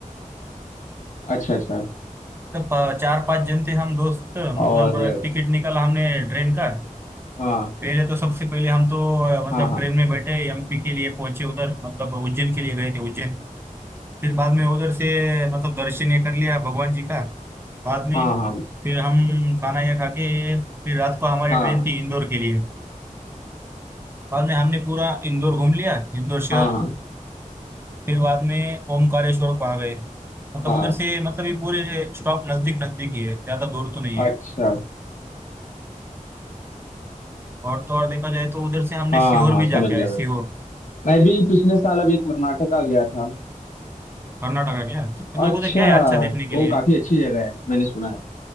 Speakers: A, on the left; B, on the right.
A: अच्छा अच्छा
B: मतलब अ, चार पांच जन थे हम दोस्त मतलब
A: और
B: अ, टिकट निकाला हमने ट्रेन का
A: हाँ
B: पहले तो सबसे पहले हम तो अ, मतलब
A: हाँ हाँ
B: ट्रेन में बैठे एमपी के लिए पहुंचे उधर मतलब उज्जैन के लिए गए थे उज्जैन फिर बाद में उधर से मतलब दर्शन ये कर लिया भगवान जी का बाद में
A: हाँ हाँ
B: फिर हम खाना ये खा के फिर रात को हमारी
A: हाँ
B: ट्रेन थी इंदौर के लिए बाद में हमने पूरा इंदौर घूम लिया इंदौर शहर
A: हाँ हाँ
B: फिर बाद में ओमकारेश्वर को आ गए मतलब
A: हाँ
B: उधर से मतलब ये पूरे स्टॉप नजदीक नजदीक ही है ज्यादा दूर तो नहीं है
A: अच्छा
B: और तो और देखा जाए तो उधर से हमने
A: हाँ
B: सीहोर
A: हाँ
B: भी
A: समझ
B: जाके
A: गया
B: आए
A: मैं
B: सीहोर
A: मैं भी पिछले साल अभी कर्नाटका गया था
B: कर्नाटका क्या मतलब
A: अच्छा
B: उधर क्या है अच्छा देखने के
A: वो
B: लिए
A: काफी अच्छी जगह है मैंने सुना है